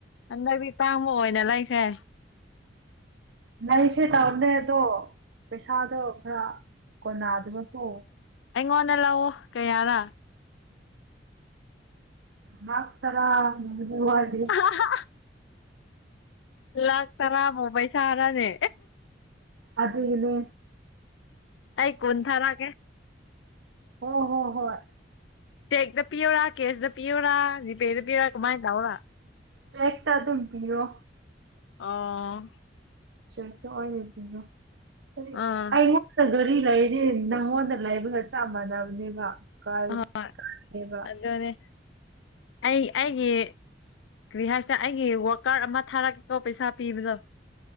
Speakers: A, on the left (about 85°); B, on the right (about 75°).
A: ꯍꯟꯗꯛꯇꯤ
B: <inaudible>
A: ꯇꯥꯡꯕ ꯑꯣꯏꯅ ꯂꯩꯈ꯭ꯔꯦ
B: ꯂꯩꯁꯦ ꯇꯧꯕꯅꯦ ꯑꯗꯣ ꯄꯩꯁꯥꯗꯣ ꯈ꯭ꯔ ꯀꯣꯟꯅꯗꯕꯀꯣ
A: ꯑꯩꯉꯣꯟꯗ ꯂꯧꯋꯣ ꯀꯩꯌꯥꯔꯥ
B: ꯂꯥꯛ ꯇꯔꯥꯒꯨꯝꯕꯗꯤ ꯋꯥꯠꯂꯤ
A: ꯑ-ꯍ-ꯑꯥ ꯂꯥꯛ ꯇꯔꯥꯕꯣ ꯄꯩꯁꯥꯔꯥꯅꯦ
B: ꯑꯗꯨꯒꯤꯅꯦ
A: ꯑꯩ ꯀꯨꯟ ꯊꯥꯔꯒꯦ
B: ꯍꯣ ꯍꯣ ꯍꯣꯏ
A: ꯆꯦꯛꯇ ꯄꯤꯌꯨꯔꯥ ꯀꯦꯁꯇ ꯄꯤꯌꯨꯔꯥ ꯖꯤꯄꯦꯗ ꯄꯤꯌꯨꯔꯥ ꯀꯨꯃꯥꯏꯟ ꯇꯧꯔꯥ
B: ꯆꯦꯛꯇ ꯑꯗꯨꯝ ꯄꯤꯔꯣ
A: ꯑꯣ
B: ꯆꯦꯛꯇ ꯑꯣꯏꯅ ꯄꯤꯌꯣ ꯍꯥꯏꯗꯤ
A: ꯑꯥ
B: ꯑꯩꯉꯣꯟ ꯑ ꯒꯔꯤ ꯂꯩꯔꯗꯤ ꯅꯪꯉꯣꯟꯗ ꯂꯩꯕꯒ ꯆꯞ ꯃꯥꯟꯅꯕꯅꯦꯕ ꯀꯥꯏ
A: ꯑꯍꯣꯏ
B: ꯀꯥꯏꯅꯦꯕ
A: ꯑꯗꯨꯅꯦ ꯑꯩ ꯑꯩꯒꯤ ꯀꯔꯤ ꯍꯥꯏꯁꯦ ꯑꯩꯒꯤ ꯋꯥ꯭ꯔꯛꯀꯥꯠ ꯑꯃ ꯊꯥꯔꯛꯄꯗꯣ ꯄꯩꯁꯥ ꯄꯤꯕꯗꯣ